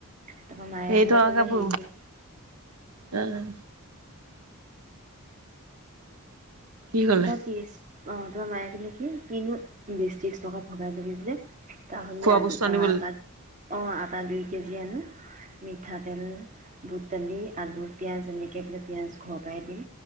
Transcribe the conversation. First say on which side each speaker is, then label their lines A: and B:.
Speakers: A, on the right; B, on the right.
A: তাৰপৰা মায়ে
B: সেইটো
A: বোলে ক'লে
B: আগাপু
A: হেৰি
B: আহ কি কলে
A: বাতিছ অ তোমাৰ মায়ে কলে কি কিনো বেছি ষ্টকত ভগাই লবি বোলে তাহলে
B: খোৱা
A: আ
B: বস্তু আনিবলৈ
A: ত অঁ আটা দুই কেজি আনো মিঠাতেল বুট, দালি, আলু, পিয়াজ এনেকে একে পেলাই পিঁয়াজ ঘৰ পাই দিম